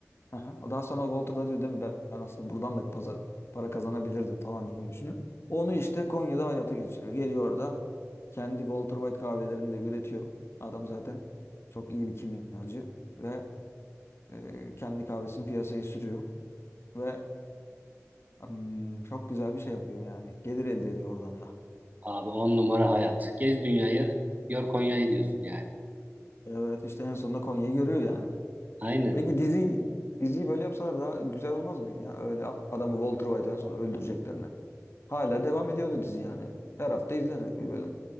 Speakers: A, on the left (about 50°); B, on the right (about 30°).
A: Aha. O Daha sonra Walter da diyor değil mi ben aslında buradan da pazar para kazanabilirdim falan diye düşünüyor. Onu işte Konya'da hayata geçiriyor. Geliyor orada kendi Walter White kahvelerini de üretiyor. Adam zaten çok iyi bir kimyacı ve e, kendi kahvesini piyasaya sürüyor ve hmm, çok güzel bir şey yapıyor yani. Gelir elde ediyor oradan da.
B: Abi on numara hayat. Gez dünyayı, gör Konya'yı diyorsun yani.
A: Evet işte en sonunda Konya'yı görüyor yani.
B: Aynen.
A: Peki dizi diziyi böyle yapsalar daha güzel olmaz mıydı ya? Öyle adamı Walter White en son öldüreceklerine. Hala devam ediyordu dizi yani. Her hafta izlerdik bir bölüm.